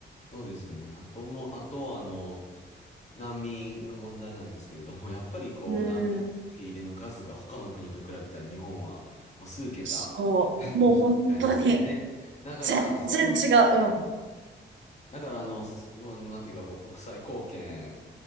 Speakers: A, on the left (about 35°); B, on the right (about 80°).
A: そうですね。あともう、あと、あの、難民の問題なんですけれども、<laughs> やっぱりこう、
B: う
A: 難民の受け入れの数が他の国と比べたら日本は、
B: ん。
A: まあ、数桁
B: そう。
A: <laughs>
B: もう本当に、
A: 違いますよね。だから、
B: 全然違う。
A: そうい、だから、あの、すあの、なんていうか、こう、国際貢献